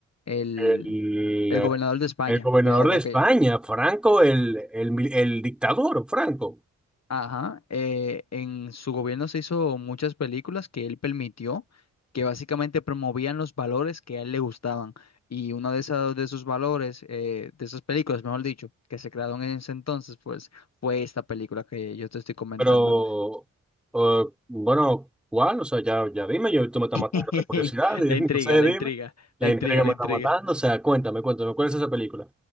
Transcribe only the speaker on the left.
el,
el gobernador de España,
de, de
aquella.
Ajá. eh, en su gobierno se hizo muchas películas que él permitió, que básicamente promovían los valores que a él le gustaban. Y uno de esos, de esos valores, eh, de esas películas, mejor dicho, que se crearon en ese entonces, pues fue esta película que yo te estoy comentando.
<laughs>
La
intriga,
la
intriga,
la intriga,
la intriga.